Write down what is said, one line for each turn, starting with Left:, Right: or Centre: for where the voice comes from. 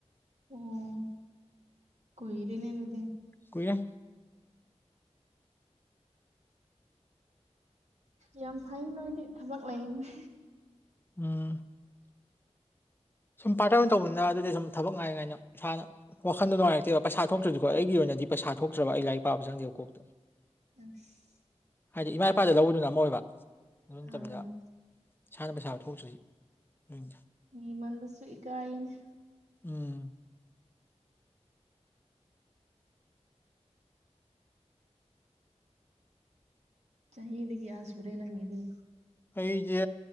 Right: ꯑꯣ ꯀꯨꯏꯔꯦꯅꯦ ꯑꯗꯨꯗꯤ
Left: ꯀꯨꯏꯔꯦ
Right: ꯌꯥꯝ ꯐꯩ ꯅꯣꯏꯗꯤ ꯊꯕꯛ ꯂꯩꯅꯤ
Left: ꯎꯝ ꯁꯨꯝ ꯄꯥꯔꯠꯇꯔ ꯑꯣꯏꯅ ꯇꯧꯕꯅꯤꯅ ꯑꯗꯨꯗꯤ ꯁꯨꯝ ꯊꯕꯛ ꯉꯥꯏ ꯉꯥꯏꯅ ꯏꯁꯥꯅ ꯋꯥꯈꯟꯗꯨ ꯅꯨꯡꯉꯥꯏꯔꯛꯇꯦꯕ ꯄꯩꯁꯥ ꯊꯣꯛꯇ꯭ꯔꯗꯤꯀꯣ ꯑꯩꯒꯤ ꯑꯣꯏꯅꯗꯤ ꯄꯩꯁꯥ ꯊꯣꯛꯇ꯭ꯔꯕ ꯑꯩ ꯂꯥꯏꯔꯤꯛ ꯄꯥꯕ ꯆꯪꯗꯦꯕ ꯀꯣꯛꯇ
Right: <unintelligible>
Left: ꯍꯥꯏꯗꯤ ꯏꯃꯥ ꯏꯄꯥꯗꯩ ꯂꯧꯕꯗꯨꯅ ꯑꯃ ꯑꯣꯏꯕ ꯑꯗꯨ ꯅꯠꯇꯕꯤꯗ
Right: ꯑꯥ
Left: ꯏꯁꯥꯅ ꯄꯩꯁꯥ ꯊꯣꯛꯇ꯭ꯔꯨꯏ ꯎꯝ
Right: ꯅꯤꯃꯜꯂꯁꯨ ꯏꯀꯥꯏꯅꯦ
Left: ꯎꯝ
Right: ꯆꯍꯤꯗꯤ ꯀꯌꯥ ꯁꯨꯔꯦ ꯅꯪꯒꯤꯗꯤ
Left: ꯑꯩꯖꯦ